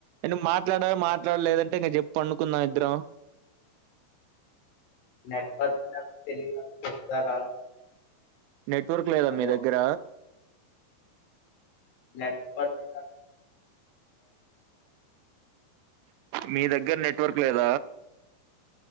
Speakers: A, on the right; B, on the left.
A: ఎను మాట్లాడ మాట్ లేదంటే పండుకుందాం ఇద్దరం
B: నెట్వర్క్ తెలీదు చెప్తారా
A: నెట్వర్క్ లేదా
B: హలో
A: మీ దగ్గర
B: నెట్వర్క్
A: మీ దగ్గర నెట్వర్క్ లేదా